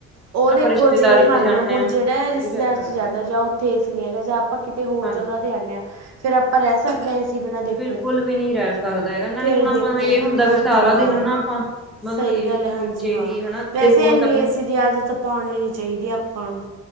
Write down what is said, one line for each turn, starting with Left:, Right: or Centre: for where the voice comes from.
Right: ਉਹ ਦੇਖੋ
Centre: ਰਿਸ਼ਤੇਦਾਰੀ
Right: ਜੇ
Centre: ਚ
Right: ਮੰਨ
Centre: ਜਾਂਦੇ
Right: ਲਓ ਹੁਣ
Centre: ਹਾਂ
Right: ਜਿਹੜਾ ਰਿਸ਼ਤੇਦਾਰੀ
Centre: ਨਹੀਂ ਰਹਿ ਸਕਦਾ
Right: ਚ ਜਾਂਦਾ ਜਾ ਓ ਉੱਥੇ ਏ ਸੀ ਨਹੀਂ ਹੈਗਾ ਜਾਂ ਆਪਾਂ ਕਿਤੇ ਹੋਰ
Centre: ਹਾਂਜੀ
Right: ਜਗ੍ਹਾ ਤੇ ਆਉਨੇ ਆ ਫੇਰ ਆਪਾਂ ਰਹਿ ਸਕਦੇ ਆ ਏ ਸ ਏਸੀ ਦੇ ਬੀਨਾ ਦੇਖੋ,
Centre: ਬਿਲਕੁਲ ਵੀ ਨਹੀਂ ਰਹਿ ਸਕਦਾ ਹੈਗਾ ਨਾਲੇ
Right: ਫੇਰ
Centre: ਹੁਣ
Right: ਦੇਖੋ
Centre: ਆਪਾਂ ਨੂੰ ਇਹ ਹੁੰਦਾ ਵੀ
Right: ਹਾਂਜੀ
Centre: ਸਾਰਾ
Right: ਹਾਂ।
Centre: ਦਿਨ ਹਨਾ ਆਪਾਂ ਮਤਲਬ
Right: ਸਹੀ
Centre: ਏਸੀ
Right: ਗੱਲ ਆ ਹਾਂਜੀ
Centre: ਨੀਚੇ
Right: ਹਾਂ।
Centre: ਹੀ ਹਨਾ
Right: ਵੈਸੇ
Centre: ਦੇਖੋ
Right: ਐਨੀ
Centre: ਆਪਣੇ
Right: ਏਸੀ ਦੀ ਆਦਤ ਪਾਉਣੀ ਨੀ ਚਾਹੀਦੀ ਆਪਾਂ ਨੂੰ।